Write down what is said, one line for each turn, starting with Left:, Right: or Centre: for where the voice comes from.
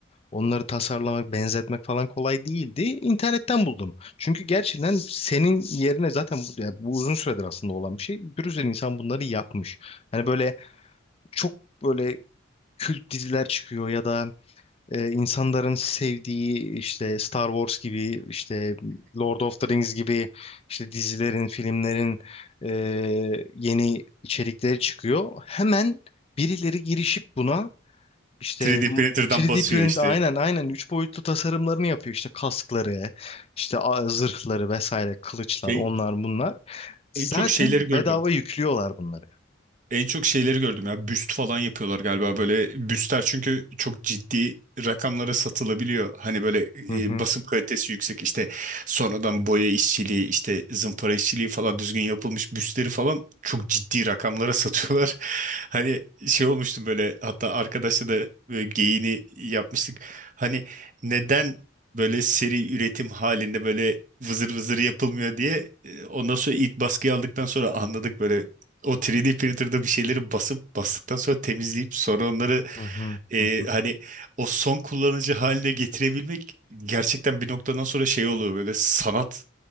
Left: onları tasarlamak, benzetmek falan kolay değildi. İnternetten buldum. Çünkü gerçekten senin yerine zaten bu, yani bu uzun süredir aslında olan bir şey. Bir sürü insan bunları yapmış. Hani böyle çok böyle kült diziler çıkıyor ya da e, insanların sevdiği işte Star Wars gibi işte Lord of the Rings gibi işte dizilerin, filmlerin e, yeni içerikleri çıkıyor. Hemen birileri girişip buna işte
Right: 3D printer'dan
Left: 3D
Right: basıyor
Left: print
Right: işte.
Left: aynen aynen 3 boyutlu tasarımlarını yapıyor. İşte kaskları, işte a- zırhları vesaire, kılıçlar,
Right: Şey
Left: onlar bunlar. Zaten
Right: en çok şeyleri gördüm.
Left: bedava yüklüyorlar bunları.
Right: En çok şeyleri gördüm ya. Büst falan yapıyorlar galiba böyle. Büstler çünkü çok ciddi rakamlara satılabiliyor. Hani böyle
Left: Hı
Right: e,
Left: hı.
Right: basım kalitesi yüksek işte sonradan boya işçiliği işte zımpara işçiliği falan düzgün yapılmış büstleri falan çok ciddi rakamlara satıyorlar. <laughs> Hani şey olmuştum böyle hatta arkadaşla da böyle geyiğini yapmıştık. Hani neden böyle seri üretim halinde böyle vızır vızır yapılmıyor diye e, ondan sonra ilk baskıyı aldıktan sonra anladık böyle o 3D printer'da bir şeyleri basıp bastıktan sonra temizleyip sonra onları
Left: Hı hı.
Right: e,
Left: Hı hı.
Right: hani o son kullanıcı haline getirebilmek gerçekten bir noktadan sonra şey oluyor böyle sanat